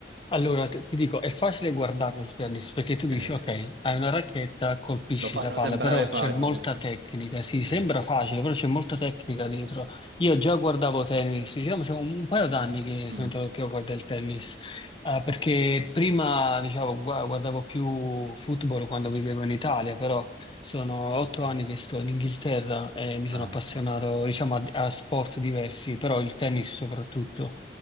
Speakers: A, on the left; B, on the right.
A: Allora, t- ti dico, è facile guardarlo il tennis perché tu
B: eh,
A: dici,
B: sì.
A: ok, hai una racchetta, colpisci
B: Lo fanno
A: la palla,
B: sembrare
A: però
B: facile.
A: c'è molta
B: <laughs>
A: tecnica. Sì, sembra
B: Eh.
A: facile, però c'è molta tecnica dietro. Io già guardavo tennis, diciamo, sono un paio d'anni che
B: Mm,
A: sono entrato più a guardare il tennis, eh, perché
B: ok,
A: prima, diciamo, gua- guardavo più football quando vivevo in Italia, però sono otto
B: ah, ok,
A: anni che sto in Inghilterra e mi
B: ah,
A: sono appassionato,
B: ok.
A: diciamo, a a sport diversi, però il tennis soprattutto.